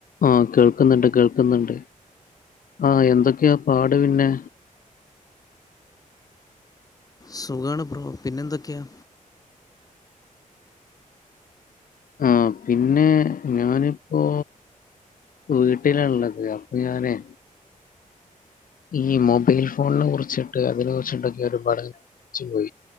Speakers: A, on the left (about 80°); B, on the left (about 25°).
A: ആ കേൾക്കുന്നുണ്ട്, കേൾക്കുന്നുണ്ട്. ആ, എന്തൊക്കെയാപാടു പിന്നെ
B: സുഖാണ് ബ്രോ പിന്നെന്തൊക്കെയാ
A: ആ പിന്നെഞാനിപ്പോ വീട്ടിലായുള്ളേ, അപ്പൊ ഞാനേ ഈ മൊബൈൽ ഫോണിനെ കുറിച്ചിട്ട്, അതിനെ കുറിച്ചിട്ടൊക്കെ ഒരു പഠച്ചു പോയി.